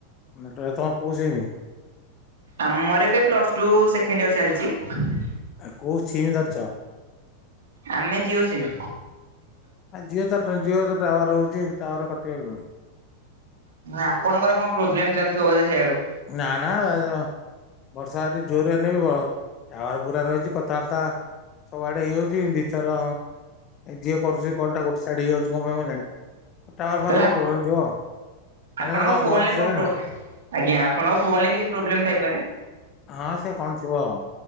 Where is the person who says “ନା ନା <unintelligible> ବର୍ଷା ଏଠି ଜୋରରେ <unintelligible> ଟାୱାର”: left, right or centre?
Left